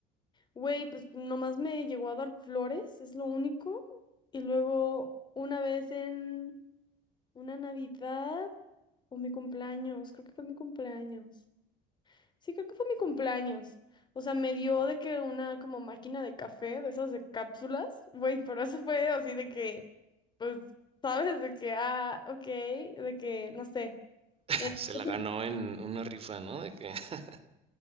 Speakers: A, on the left; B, on the right.
A: güey, pues nomás me llegó a dar flores, es lo único. Y luego una vez en Una Navidad o mi cumpleaños, creo que fue mi cumpleaños. Sí, creo que fue mi cumpleaños. O sea, me dio de que una como máquina de café, de esas de cápsulas. Güey, pero eso fue así de que, pues, ¿sabes? De que, ah, ok, de que, no sé.
B: <laughs>
A: Eh,
B: Se
A: <laughs>
B: la ganó en una rifa, ¿no? De que <laughs>